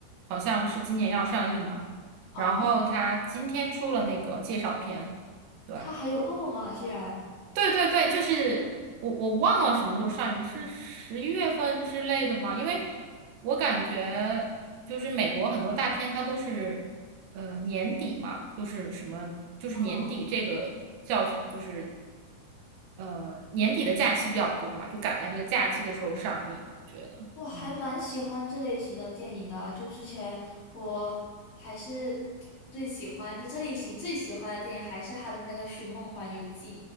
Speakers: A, on the right; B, on the left.
A: 好像是今年要上映嘛，
B: 啊！
A: 然后他今天出了那个介绍片，对。
B: 它还有恶魔啊，居然
A: 对对对，就是我我忘了什么时候上映，是十一月份之类的吗？因为我感觉就是美国很多大片它都是呃年底嘛，就是什么就是年底这个叫什么，
B: 啊！
A: 就是呃年底的假期比较多嘛，就赶在这个假期的时候上映，
B: 对，
A: 我觉得，
B: 我还蛮喜欢这类型的电影的啊，
A: 嗯，
B: 就之前我还是最喜欢，就这类型最喜欢的电影还是他的那个《寻梦环游记》，